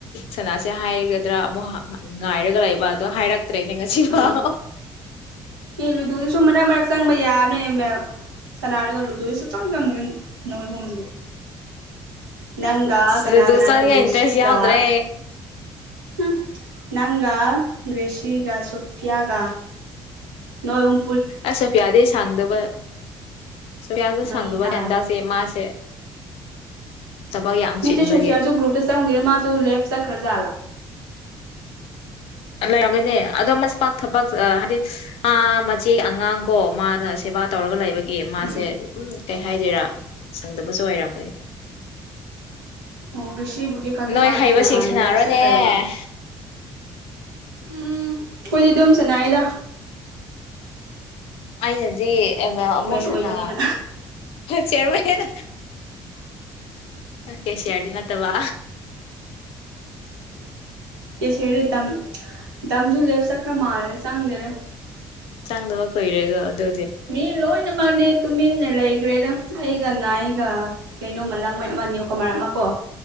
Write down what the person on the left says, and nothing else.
ꯁꯅꯥꯁꯦ ꯍꯥꯏꯒꯗ꯭ꯔꯥ ꯑꯃꯨꯛ ꯉꯥꯏꯔꯒ ꯂꯩꯕ ꯑꯗꯣ ꯍꯥꯏꯔꯛꯇ꯭ꯔꯦꯅꯦ ꯉꯁꯤ ꯐꯥꯎ
ꯂꯨꯗꯨ
ꯆꯪꯅꯤꯉꯥꯢ
ꯏꯟꯇ꯭ꯔꯦꯁ ꯌꯥꯎꯗ꯭ꯔꯦ
ꯑꯁ ꯁꯣꯐꯤꯌꯥꯗꯤ ꯁꯥꯡꯗꯕ ꯁꯣꯐꯤꯌꯥꯁꯨ
ꯁꯥꯡꯗꯕꯅꯦ
ꯍꯟꯗꯛꯖꯦ ꯃꯥꯁꯦ ꯊꯕꯛ ꯌꯥꯝ
ꯆꯤꯟꯕꯒꯤ
ꯂꯩꯔꯝꯒꯅꯦ ꯑꯗꯣ ꯃꯁꯥ ꯊꯕꯛ ꯍꯥꯏꯗꯤ ꯃꯥ ꯃꯆꯦ ꯑꯉꯥꯡ ꯀꯣ ꯃꯥꯅ ꯁꯦꯕꯥ ꯇꯧꯔ ꯇꯧꯔꯒ ꯂꯩꯕꯒꯤ ꯃꯥꯁꯦ
ꯑꯗꯨꯝ ꯀꯩ ꯍꯥꯏꯗꯣꯏꯔꯥ ꯁꯪꯗꯕꯁꯨ ꯑꯣꯏꯔꯝꯒꯅꯤ
ꯅꯣꯏ
ꯍꯩꯕꯁꯤꯡ
ꯁꯥꯟꯅꯔꯣꯅꯦ
ꯑꯩꯅꯗꯤ ꯑꯦꯝ ꯑꯦꯜ ꯑꯃꯨꯛ
ꯁꯅꯥ ꯆꯤꯔꯃꯦꯟ ꯒꯦꯁꯤꯌꯔꯗꯤ ꯅꯠꯇ ꯕ
ꯆꯪꯗꯕ ꯀꯨꯏꯔꯦꯀꯣ ꯑꯗꯨ